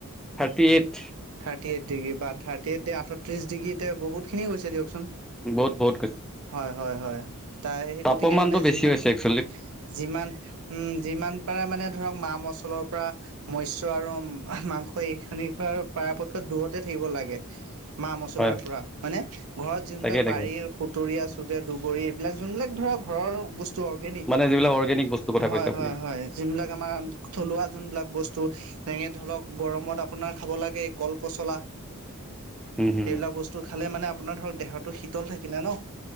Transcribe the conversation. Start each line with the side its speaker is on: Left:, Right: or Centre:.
Centre: Thirty eight
Right: thirty eight degree বা থাৰ্টি এইট আঠত্ৰিশ। যিকিতে বহুত খিনি গৈছে দিয়কচোন।
Centre: বহুত বহুত গৈছ-
Right: হয় হয় হয় তাই সে সেই গতিকে
Centre: পমানটো
Right: মানে
Centre: বেছি
Right: যিমান
Centre: হৈছে এক-
Right: যিমান উম যিমান পাৰা মানে ধৰক মা মচলৰ পৰা মস- ত আৰু মাংস এই খিনি পৰাপক্ষত দূৰতে থাকিব লাগে। মা মছলাৰ
Centre: হয়
Right: পৰা মানে ঘৰত যোনবিলাক
Centre: তাকে তাকে।
Right: বাৰীৰ সুতৰীয়া চুটে দুবৰীৰ এইবিলাক যোনবিলাক ধৰ ঘৰৰ বস্তু অৰ্গেনিক।
Centre: মানে যিবিলাক অৰ্গেনিক বস্তুৰ কথা
Right: হয়
Centre: কৈছে আপুনি
Right: হয় হয় যোন বিলাক আমাৰ থলুৱা যোনবিলাক বস্তু। তেনেকে ধৰক গৰমত আপোনাৰ খাব লাগে কল পচলা।
Centre: উম, হুম,
Right: সেইবিলাক
Centre: হুম
Right: বস্তু খালে মানে আপোনাৰ ধৰক দেহটো শীতল থাকিলে ন।